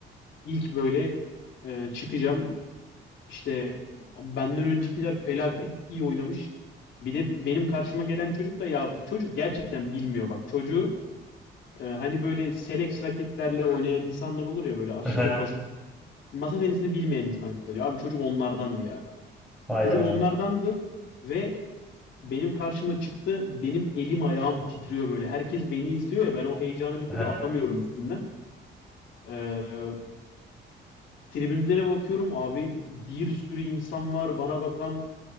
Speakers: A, on the left; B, in the centre.
A: İlk böyle e, çıkacağım. İşte benden öncekiler felaket iyi oynamış. Bir de benim karşıma gelen çocuk da ya bu çocuk gerçekten bilmiyor bak. Çocuğu e, hani böyle select raketlerle oynayan insanlar olur ya böyle aşırı
B: Aha.
A: basit. Masa tenisini bilmeyen insan kısaca. Abi çocuk onlardandı ya.
B: Hayda.
A: Çocuk onlardandı ve benim karşıma çıktı. Benim elim ayağım titriyor böyle. Herkes beni izliyor ya ben o heyecanı bir
B: Aha.
A: türlü atamıyorum üstümden. E, Tribünlere bakıyorum abi bir sürü insan var bana bakan.